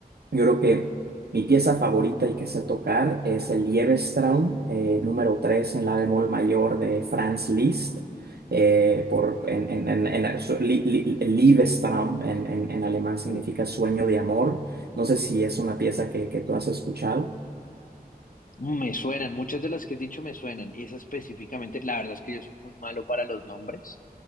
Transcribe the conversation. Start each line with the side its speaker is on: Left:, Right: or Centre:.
Right: yo creo que mi pieza favorita y que sé tocar es el Liebestraum, eh, número 3 en la bemol mayor de Franz Liszt, eh, por, en, en, en, en- su- Lie- Lie- Liebestraum en, en, en alemán significa
Left: sí.
Right: sueño de amor. No sé si es una pieza que, que tú has escuchado.
Left: Me suenan, muchas de las que has dicho me suenan. Esa específicamente, la verdad es que yo soy muy malo para los nombres,